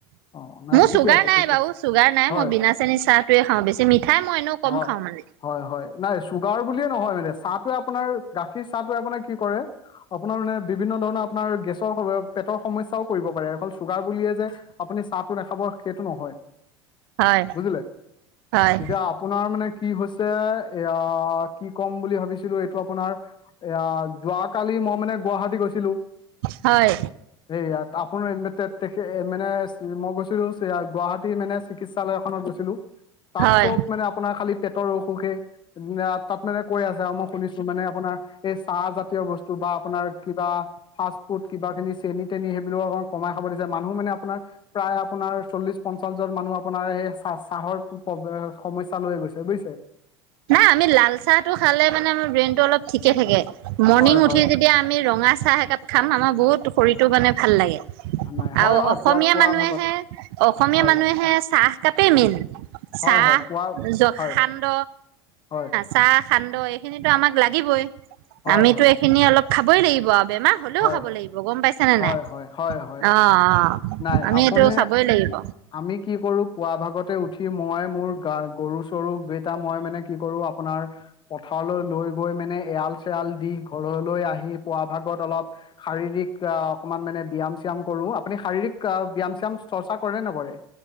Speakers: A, on the left; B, on the right.
A: অ নাই
B: মোৰ
A: ঠিকে
B: চুগাৰ
A: আছে
B: নাই
A: ঠিকে
B: বাৰু,
A: আছে
B: চুগাৰ নাই,
A: হয়
B: মই বিনা চেনীৰ চাহটোৱে খাওঁ বেছি, মিঠাই মই এনেও
A: হয়
B: কম খাওঁ মানে।
A: হয় হয়, নাই চুগাৰ বুলিয়ে নহয় মানে চাহটোৱে আপোনাৰ গাখীৰ চাহটোৱে আপোনাৰ কি কৰে, আপোনাৰ মানে বিভিন্ন ধৰণৰ আপোনাৰ গেছৰ পেটৰ সমস্যাও কৰিব পাৰে, অকল চুগাৰ বুলিয়ে যে আপুনি চাহটো নাখাব সেইটো নহয়।
B: হয়
A: বুজিলে?
B: হয়
A: এতিয়া আপ আপোনাৰ মানে কি হৈছে, এয়া কি ক'ম বুলি ভাবিছিলো এইটো আপোনাৰ এয়া যোৱাকালি মই মানে গুৱাহাটী গৈছিলো
B: হয়।
A: সেই ইয়াত আপোনাৰ মানে মই গৈছিলোঁ গুৱাহাটী মানে চিকিৎসালয় এখনত গৈছিলোঁ তাত
B: হয়
A: চব মানে আপোনাৰ খালি পেটৰ অসুখে তাত মানে কৈ আছে আৰু মই শুনিছোঁ মানে আপোনাৰ এই চাহ জাত তিয় বস্তু বা আপোনাৰ কিবা ফাচফুড কিবাি চেনি টেনি সেইবোৰ কমাই খাব দিছে, মানুহ মানে আপোনাৰ প্ৰায় আপোনাৰ চল্লিশ পঞ্চাশজন মানুহ আপোনাৰ সেই চাহ চাহৰ প্ৰব্লে সমস্যা লৈ গৈছে বুজিছে?
B: নাই আমি লাল চাহটো খালে মানে আমাৰ ব্ৰেইনটো অলপ ঠিকে থাকে, মৰ্নিং
A: হয় হয়
B: উঠি যদি আমি ৰঙা চাহ একাপ খাম, আমাৰ বহুত শৰীৰটো মানে ভাল লাগে।
A: নাই হয়
B: আৰু
A: হয়
B: অসমীয়া
A: পুৱা পুৱা
B: মানুহেহে,
A: ভাগত
B: অসমীয়া
A: হয়
B: মানুহেহে চাহ কাপেই মেইন।
A: হয়
B: চাহ
A: হয় পুৱা
B: জখান্দ
A: হয় হয়।
B: চাহ, সান্দহ এইখিনিতো আমাক লাগিবই,
A: হয়
B: আমিতো
A: হয় হয়
B: এইখিনি অলপ খাবই লাগিব আৰু বেমাৰ হ'লেও
A: হয়
B: খাব লাগিব গম পাইছে নে
A: হয়
B: নাই?
A: হয় হয় হয়
B: অ', অ'
A: নাই
B: আমি
A: আপুনি
B: এইটো চাবই লাগিব।
A: আমি কি কৰো পুৱা ভাগতে উঠি মই, মোৰ গা গৰু তৰুম বেইটা মই মানে কি কৰো, আপোনাৰ পথাৰলৈ লৈ গৈ মানে এৰাল চেৰাল দি ঘৰলৈ আহি পুৱা ভাগত অলপ শাৰীৰিক আ, অকমান মানে ব্যয়াম চয়াম কৰোঁ, আপুনি শাৰীৰিক ব্যায়াম চাম চৰ্চা কৰে নকৰে?